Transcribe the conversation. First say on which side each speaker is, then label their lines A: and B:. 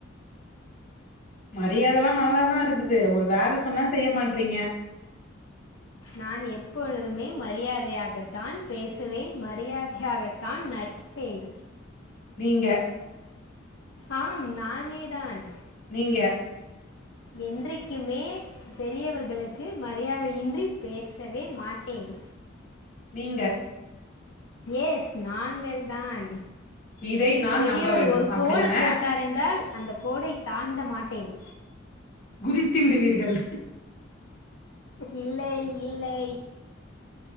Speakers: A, on the left; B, on the left.
A: மரியாதலா நல்லாதா இருக்குது ஒரு வேல சொன்னா செய்ய மாட்றீங்க
B: நான் எப்பொழுதுமே மரியாதையாகத்தான் பேசுவேன் மரியாதையாகத்தான் நட ப்பேன்
A: நீங்க
B: ஆம் நானேதான்
A: நீங்க
B: என்றைக்குமே பெரியவர்களுக்கு மரியாதையின்றி பேசவே மாட்டேன்
A: நீங்க
B: எஸ் நாங்கள் தான்
A: இதை நான்
B: பெரியவர்
A: நம்ப வேண்டும்
B: ஒரு
A: அப்டிதான
B: கோடு போட்டார் என்றால் அந்தக் கோடை‌ தாண்ட மாட்டேன்
A: குதித்துவிடுவீர்கள்
B: இல்லை இல்லை